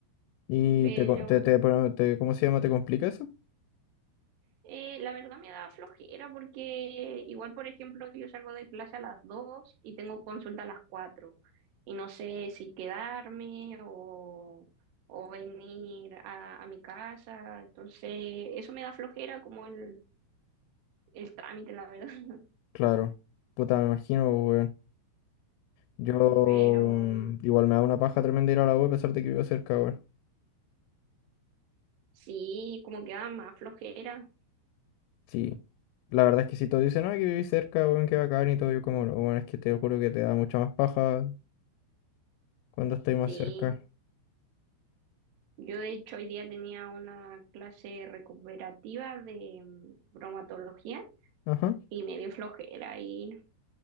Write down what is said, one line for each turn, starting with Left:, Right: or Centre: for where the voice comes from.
Left: ¿Y
Right: Pero
Left: te, co- te, te, pro- te- cómo se llama? ¿Te complica eso?
Right: Eh, la verdad me da flojera porque igual, por ejemplo, yo salgo de clase a las 2 y tengo consulta a las 4 y no sé si quedarme o, o venir a, a mi casa. Entonces, eso me da flojera como el, el trámite, la verdad.
Left: Claro. Puta, me imagino, weón. Yo
Right: <laughs> Pero
Left: mm,
Right: mm,
Left: igual me da una paja tremenda ir a la U a pesar de que vivo cerca, weón.
Right: sí, como que da más flojera.
Left: Sí. La verdad es que si todos dicen, ay, que viví cerca, weón, que bacán y todo, yo como, no, weón, es que te juro que te da mucha más paja cuando estoy más
Right: Sí,
Left: cerca.
Right: yo de hecho hoy día tenía una clase recuperativa de mm, bromatología
Left: Ajá,
Right: y me dio flojera ir.